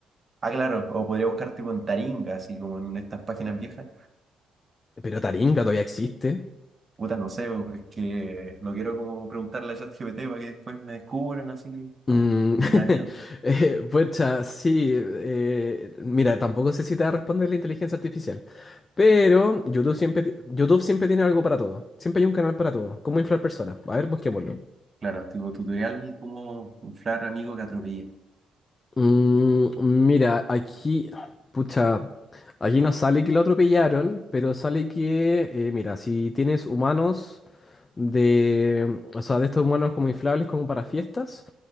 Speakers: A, on the right; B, on the left.
A: Ah, claro, o podría buscar tipo en Taringa, así como en estas páginas viejas.
B: Pero Taringa todavía existe.
A: Puta, no sé, bo, es que no quiero como preguntarle a ChatGPT para que después me descubran así.
B: Mm,
A: No,
B: <laughs>
A: me da miedo.
B: eh, pucha, sí. eh, mira, tampoco sé si te va a responder la inteligencia artificial. Pero YouTube siempre, ti- YouTube siempre tiene algo para todo. Siempre hay un canal para todo. Cómo inflar personas. A ver, busquémoslo.
A: Claro, tipo tutorial como inflar amigo que atropellé.
B: Mm, mira, aquí, pucha, aquí no sale que lo atropellaron, pero sale que, eh, mira, si tienes humanos de, o sea, de estos humanos como inflables como para fiestas,